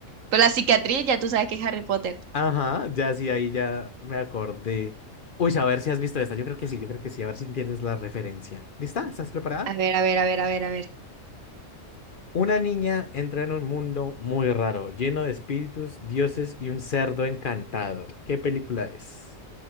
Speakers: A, on the right; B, on the left.
A: Pero la cicatriz, ya tú sabes que es Harry Potter.
B: Ajá, ya sí, ahí ya me acordé. Uy, a ver si has visto esta. Yo creo que sí, yo creo que sí. A ver si entiendes la referencia. ¿Lista? ¿Estás preparada?
A: A ver, a ver, a ver, a ver, a ver.
B: Una niña entra en un mundo muy raro, lleno de espíritus, dioses y un cerdo encantado. ¿Qué película es?